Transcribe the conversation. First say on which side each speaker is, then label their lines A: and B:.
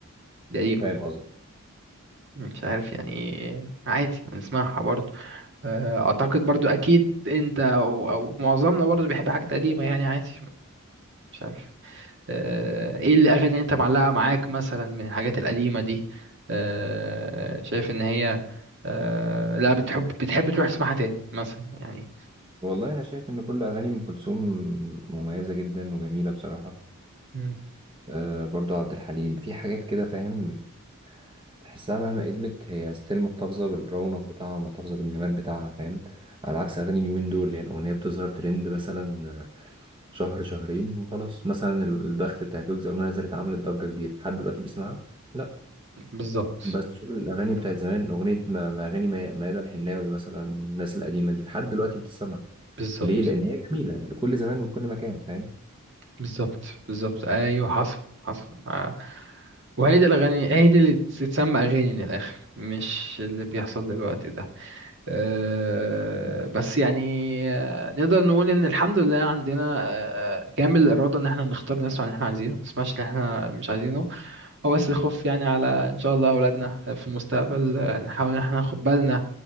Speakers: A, on the right; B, on the right.
A: دي قديمة
B: فاهم قصدي
A: مش عارف يعني إيه. عادي ما نسمعها برضه آه، اعتقد برضو اكيد انت او او معظمنا برضو بيحب حاجات قديمه يعني عادي مش عارف آه، ايه الاغاني اللي انت معلقه معاك مثلا من الحاجات القديمه دي آه، شايف ان هي آه، لا بتحب بتحب تروح تسمعها تاني مثلا يعني
B: والله انا شايف ان كل اغاني ام كلثوم مميزه جدا وجميله بصراحه
A: مم.
B: آه برضو عبد الحليم في حاجات كده فاهم تحسها مهما قدمت هي ستيل محتفظه بالرونق بتاعها محتفظه بالجمال بتاعها فاهم على عكس اغاني اليومين دول يعني الاغنيه بتظهر ترند مثلا آه، شهر شهرين وخلاص مثلا البخت بتاعت ويجز اول ما نزلت عملت ضجه كبيره لحد دلوقتي بيسمعها لا
A: بالظبط
B: بس شوف الأغاني بتاعت زمان أغنية ما ما أغاني مي- ميادة الحناوي مثلا والناس القديمة دي لحد دلوقتي بتتسمع
A: بالظبط
B: ليه؟ لأن هي جميلة لكل زمان ولكل مكان فاهم؟
A: بالظبط بالظبط ايوه حصل حصل آه. وهي دي الاغاني هي دي اللي تتسمى اغاني من الاخر مش اللي بيحصل دلوقتي ده آه، بس يعني آه، نقدر نقول ان الحمد لله عندنا آه، كامل الاراده ان احنا نختار الناس اللي احنا عايزينه ما نسمعش اللي احنا مش عايزينه هو بس الخوف يعني على ان شاء الله اولادنا في المستقبل آه، نحاول ان احنا ناخد بالنا